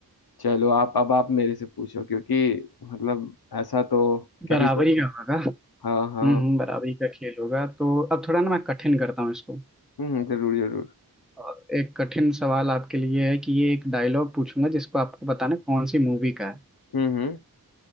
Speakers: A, on the left (about 75°); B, in the centre.
A: चलो आप अब आप मेरे से पूछो क्योंकि मतलब ऐसा तो क्या
B: बराबरी
A: ही बोलूं
B: का होगा
A: हाँ
B: हम्म
A: हाँ
B: हम्म, बराबरी का खेल होगा तो अब थोड़ा ना मैं कठिन करता हूँ इसको
A: हम्म जरूर जरूर
B: और एक कठिन सवाल आपके लिए है कि ये एक डायलॉग पूछूंगा जिसको आपको बताना है कौन सी मूवी का है
A: हम्म हम्म